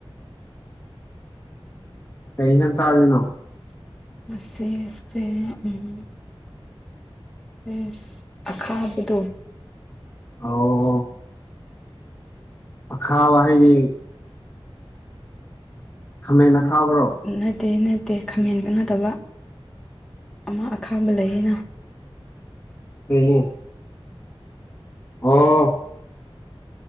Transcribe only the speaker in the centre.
ꯉꯁꯤꯁꯦ ꯎꯝ꯫ ꯑꯦꯁ ꯑꯈꯥꯕꯗꯣ,
ꯅꯠꯇꯦ ꯅꯠꯇꯦ ꯈꯥꯃꯦꯟ ꯅꯠꯇꯕ ꯑꯃ ꯑꯈꯥꯕ ꯂꯩꯌꯦꯅ꯫